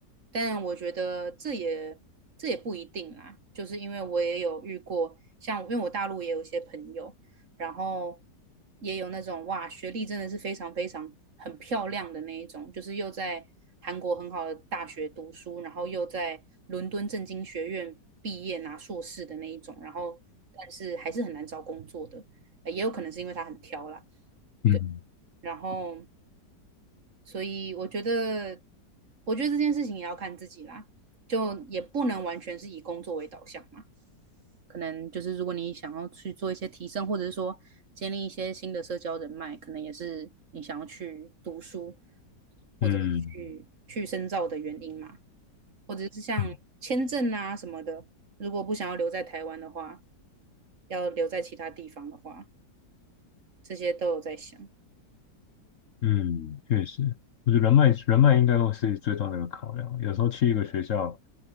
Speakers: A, on the right (about 50°); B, on the left (about 50°).
A: 但我觉得这也这也不一定啦，就是因为我也有遇过，像因为我大陆也有一些朋友，然后也有那种哇，学历真的是非常非常很漂亮的那一种，就是又在韩国很好的大学读书，然后又在伦敦政经学院毕业拿硕士的那一种，然后但是还是很难找工作的，呃也有可能是因为他很挑啦，
B: 嗯嗯
A: 对，然后所以我觉得，我觉得这件事情也要看自己啦，就也不能完全是以工作为导向嘛。可能就是如果你想要去做一些提升，或者是说建立一些新的社交人脉，可能也是你想要去读书或者是去去深造的原因嘛，
B: 嗯
A: 或者是像签证啊什么的，
B: 嗯
A: 如果不想要留在台湾的话，要留在其他地方的话，这些都有在想。
B: 嗯，确实，就是人脉，人脉应该会是最重要的一个考量。有时候去一个学校，